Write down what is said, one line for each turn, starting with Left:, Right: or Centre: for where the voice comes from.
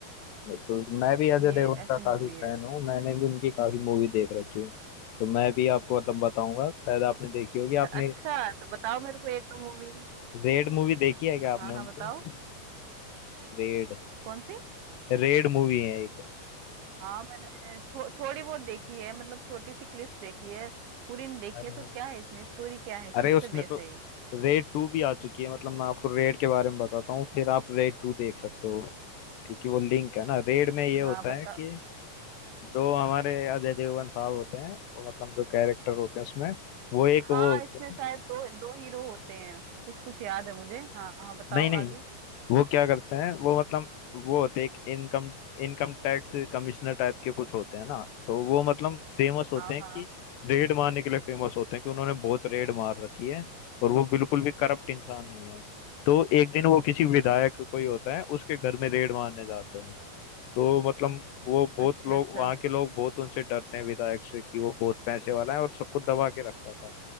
Left: तो मैं भी अजय
Right: ये
Left: देवगन
Right: ऐसी
Left: का काफी
Right: मूवी है
Left: फैन हूँ मैंने भी उनकी काफी मूवी देख रखी है तो मैं भी आपको मतलब बताऊंगा शायद आपने देखी होगी आपने
Right: अच्छा तो बताओ मेरे को एक दो मूवी
Left: रेड मूवी देखी है क्या आपने
Right: हाँ
Left: उनकी
Right: हाँ बताओ
Left: रेड
Right: कौन सी
Left: रेड मूवी है एक
Right: हाँ मैंने थो, थोड़ी बहुत देखी है मतलब छोटी सी क्लिप देखी है पूरी नहीं देखी
Left: अरे
Right: है तो क्या है इसमें स्टोरी क्या है किस
Left: अरे उसमें
Right: पे बेस
Left: तो
Right: है ये?
Left: रेड टू भी आ चुकी है मतलब मैं आपको रेड के बारे में बताता हूँ फिर आप रेड टू देख सकते हो क्योंकि वो लिंक है ना रेड में ये
Right: हाँ
Left: होता
Right: बताओ
Left: है कि जो हमारे अजय देवगन साहब होते हैं वो मतलब जो कैरेक्टर होते हैं उसमें वो एक
Right: हाँ
Left: वो होते
Right: इसमें
Left: हैं
Right: शायद दो दो हीरो होते हैं कुछ कुछ याद है मुझे हाँ हाँ बताओ
Left: नहीं नहीं
Right: आगे
Left: वो क्या करते हैं वो मतलब वो होते हैं एक income income tax commissioner type के कुछ होते हैं ना तो वो मतलब फेमस
Right: हाँ
Left: होते हैं
Right: हाँ
Left: कि रेड मारने के लिए फेमस होते हैं कि उन्होंने बहुत रेड मार रखी है और वो बिल्कुल भी करप्ट इंसान नहीं है तो एक दिन वो किसी विधायक
Right: अ-
Left: कोई होता है उसके घर में रेड मारने जाते हैं तो मतलब वो बहुत
Right: अच्छा
Left: लोग
Right: अच्छा
Left: वहाँ के लोग बहुत उनसे डरते हैं विधायक से कि वो बहुत पैसे वाला है और सबको दबा के रखता था